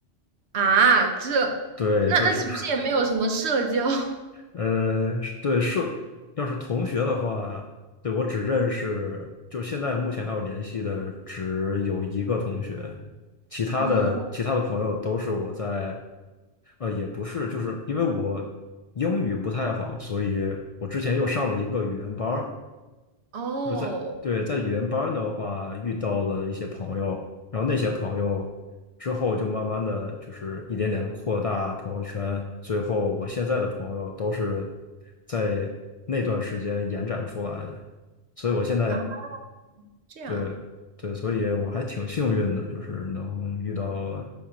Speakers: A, on the right (about 85°); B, on the left (about 55°).
A: 啊，这那那岂不是也没有什么社交
B: 对，就是
A: <laughs>
B: 呃，对社，要是同学的话，对我只认识，就现在目前还有联系的只有一个同学，其他的其他的朋友都是我在，
A: 啊？
B: 呃，也不是，就是因为我英语不太好，所以我之前又上了一个语言班儿。
A: 哦
B: 就是在对在语言班的话，遇到了一些朋友，然后那些朋友之后就慢慢的就是一点点扩大朋友圈，最后我现在的朋友都是在那段时间延展出来的，所以我现在
A: 啊，这样，
B: 对对，所以我还挺幸运的，就是能遇到